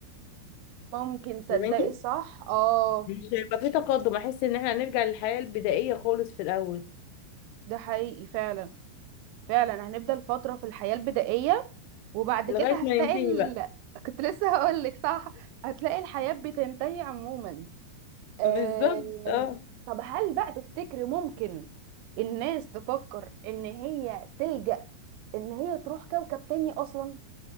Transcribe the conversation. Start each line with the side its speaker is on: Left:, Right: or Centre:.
Right: ممكن تصدقي
Left: فاهماني
Right: صح اه
Left: مش هيبقى في تقدم احس ان احنا هنرجع للحياه البدائيه خالص في الاول
Right: ده حقيقي فعلا فعلا هنفضل فترة في الحياة البدائية وبعد
Left: لغايه
Right: كده هتلاقي
Left: ما ننتهي
Right: ال...
Left: بقى
Right: <laughs> كنت لسه هقول لك صح هتلاقي الحياة بتنتهي عموما أم...
Left: بالظبط اه
Right: طب هل بقى تفتكري ممكن الناس تفكر ان هي تلجأ ان هي تروح كوكب تاني اصلا